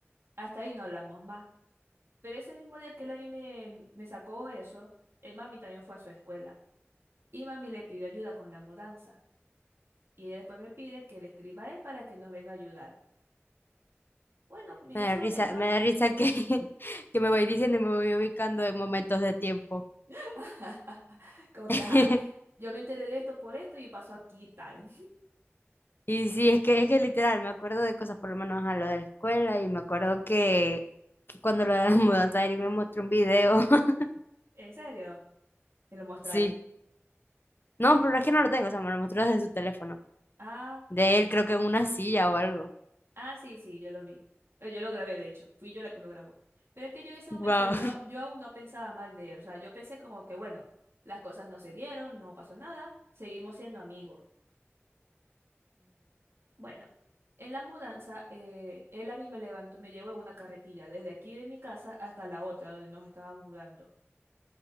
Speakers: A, on the right; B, on the left.
A: Hasta ahí no hablamos más. Pero ese mismo día que él a mí me, me sacó eso, el mami también fue a su escuela y mami le pidió ayuda con la mudanza. Y ella después me pide que le escriba a él para que nos venga a ayudar. Bueno, en
B: Me
A: ese
B: da
A: momento,
B: risa, me da risa que, <laughs> que me voy diciendo y me voy ubicando en momentos de tiempo.
A: <laughs> como
B: <laughs>
A: que, ajá, yo me enteré de esto por esto y pasó aquí y tal.
B: Y sí, es que, es que literal, me acuerdo de cosas, por lo menos a lo de la escuela, y me acuerdo que, que cuando lo de la <laughs> mudanza, Eric me mostró un video. <laughs>
A: <laughs> ¿En serio? Me lo mostráis.
B: Sí. No, pero es que no lo tengo, o sea, me lo mostró desde su teléfono.
A: Ah,
B: De
A: espérate.
B: él, creo que en una silla o algo.
A: ah, sí, sí, yo lo vi. Eh, Yo lo grabé, de hecho. Fui yo la que lo grabó. Pero es que yo en ese momento,
B: Wow.
A: yo, yo aún no pensaba mal de él. O sea, yo pensé como que, bueno, las cosas no se dieron, no pasó nada, seguimos siendo amigos. Bueno, en la mudanza, eh, él a mí me levantó, me llevó en una carretilla desde aquí de mi casa hasta la otra donde nos estábamos mudando.